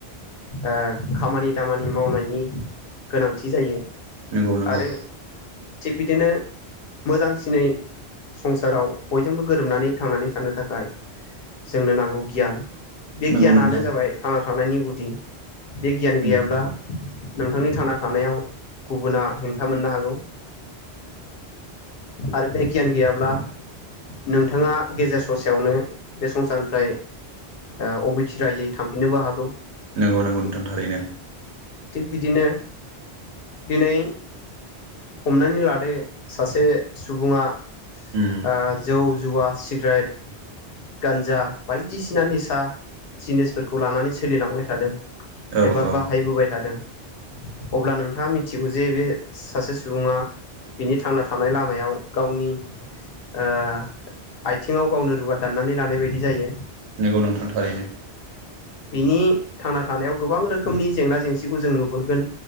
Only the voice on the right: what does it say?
नंगौ नंगौ
नंगौ
नोंथां
उम
नोंगौ नंमोंगौ नोंथां थारैनो
उम
औ
औ
नंगौ नोंथां थारैनो